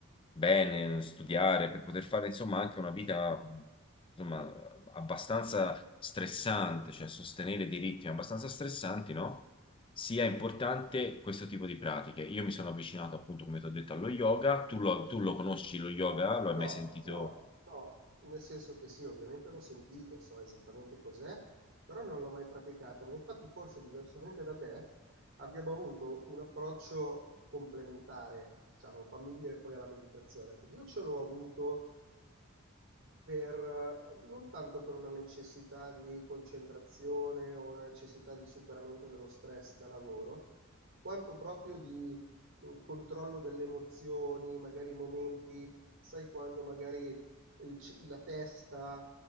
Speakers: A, on the left (about 25°); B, on the right (about 75°).
A: bene, studiare, per poter fare insomma anche una vita insomma, abbastanza stressante, cioè sostenere dei ritmi abbastanza stressanti, no? Sia importante questo tipo di pratiche. Io mi sono avvicinato appunto, come ti ho detto, allo yoga. Tu lo, tu lo conosci lo yoga? Lo hai
B: No,
A: mai sentito?
B: no, no, nel senso che sì, ovviamente l'ho sentito, so esattamente cos'è, però non l'ho mai praticato, ma infatti forse diversamente da te abbiamo avuto un approccio complementare, diciamo, fammi dire poi alla meditazione, perché io ce l'ho avuto per, non tanto per una necessità di concentrazione o una necessità di superamento dello stress da lavoro, quanto proprio di eh, controllo delle emozioni, magari momenti sai quando magari il ci- la testa